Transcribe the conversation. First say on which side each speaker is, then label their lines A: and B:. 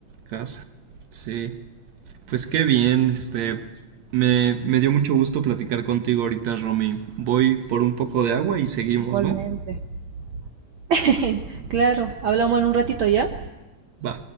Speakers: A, on the right; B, on the right.
A: Casa, sí. Pues qué bien, este, me, me dio mucho gusto platicar contigo ahorita, Romy. Voy por un poco de agua y seguimos,
B: Igualmente.
A: ¿va?
B: <laughs> Claro, hablamos en un ratito ya.
A: Va.